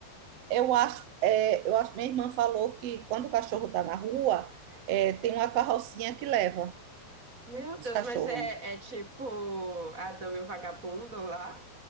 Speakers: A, on the right; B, on the right.
A: Eu acho, é, eu acho, minha irmã falou que quando o cachorro está na rua, é, tem uma carrocinha que leva
B: Meu
A: os
B: Deus,
A: cachorros.
B: mas é, é tipo Adão e o Vagabundo lá?